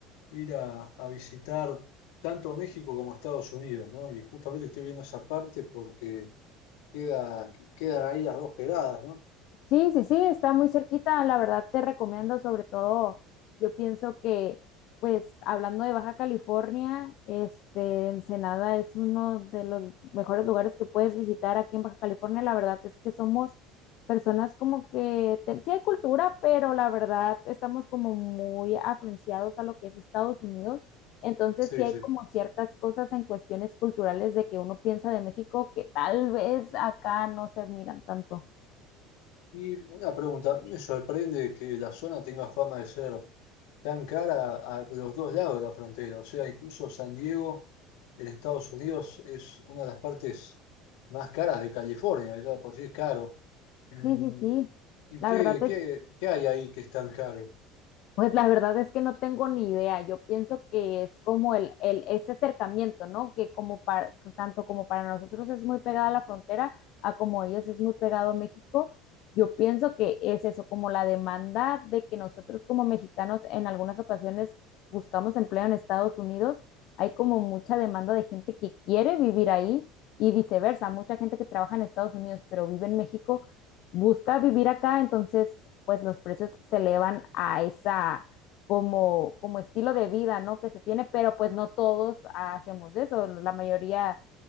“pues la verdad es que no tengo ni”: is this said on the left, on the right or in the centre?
Left